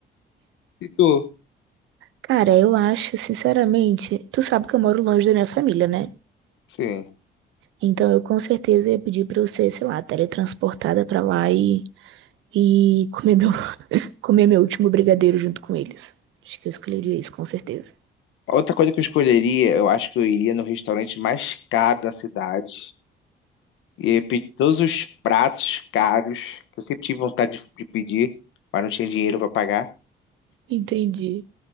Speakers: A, on the left; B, on the right.
A: E tu?
B: Cara, eu acho, sinceramente, tu sabe que eu moro longe da minha família, né?
A: Sim.
B: Então eu com certeza ia pedir pra eu ser, sei lá, teletransportada pra lá e, e comer meu Comer meu último brigadeiro junto com eles. Acho que eu escolheria isso, com certeza.
A: Outra coisa que eu escolheria, eu acho que eu iria no restaurante mais caro da cidade. E eu pedi todos os pratos caros, que eu sempre tive vontade de, de pedir, mas não tinha dinheiro para pagar.
B: Entendi.